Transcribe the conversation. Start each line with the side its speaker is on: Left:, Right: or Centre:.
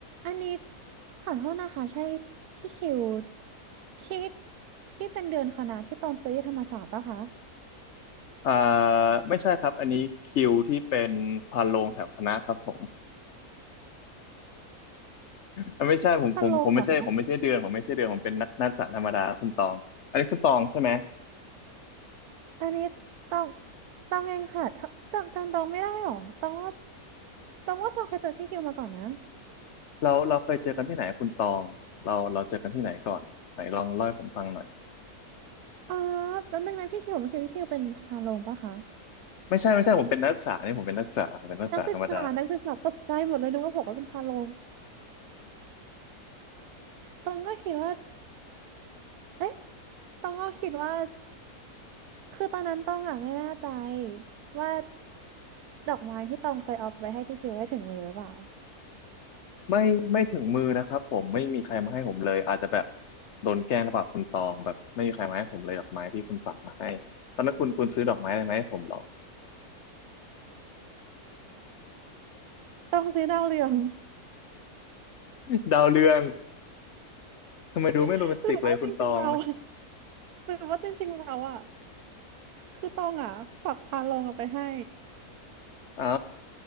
Right: อันนี้ขอโทษนะคะใช่พี่คิวที่ที่เป็นเดือนคณะที่ต้องซื้อที่ธรรมศาสตร์ปะคะ
Left: อ่าไม่ใช่ครับอันนี้คิวที่เป็นพานโรงแถวคณะครับผมอ่ะไม่ใช่ผมผมผมไม่ใช่ผมไม่ใช่เดือนผมไม่ใช่เดือนผมเป็นนักนักศึกษาธรรมดาคุณตองอันนี้คุณตองใช่ไหม
Right: ฮัลโหลเหรอคะอันนี้ต้องต้องเองค่ะถ้าจำจำต้องไม่ได้หรอต้องว่าต้องว่าต้องเคยเจอพี่คิวมาก่อนนะ
Left: เราเราเคยเจอกันที่ไหนคุณตองเราเราเจอกันที่ไหนก่อนไหนลองเล่าให้ผมฟังหน่อย
Right: อออแป๊บนึงนะพี่คิวเมื่อกี้พี่คิวเป็นพาโรงปะคะ
Left: ไม่ใช่ไม่ใช่ผมเป็นนักศึกษานี่ผมเป็นนักศึกษาผมเป็นนักศึกษาธรรมดา
Right: นักศึกษานักศึกษาตกใจหมดเลยนึกว่าบอกว่าเป็นพาโรงตองก็คิดว่าเอ๊ะตองก็คิดว่า คือตอนนั้นต้องอ่ะไม่แน่ใจว่าดอกไม้ที่ตองเคยเอาไปให้พี่คิวได้ถึงมือหรือเปล่า
Left: ไม่ไม่ถึงมือนะครับผมไม่มีใครมาให้ผมเลยอาจจะแบบโดนแกล้งหรือเปล่าคุณตองแบบไม่มีใครมาให้ผมเลยดอกไม้ที่คุณฝากมาให้ตอนนั้นคุณคุณซื้อดอกไม้อะไรมาให้ผมเหรอ
Right: ต้องซื้อดาวเรือง
Left: <laughs> ดาวเรือง ทำไมดูไม่โรแมนติกเลยคุณตอง
Right: <laughs> หรือว่าจริงๆเรา <laughs> หรือว่าจริงๆเราอ่ะคือตองอ่ะฝากพาลงเอาไปให้
Left: เอ้า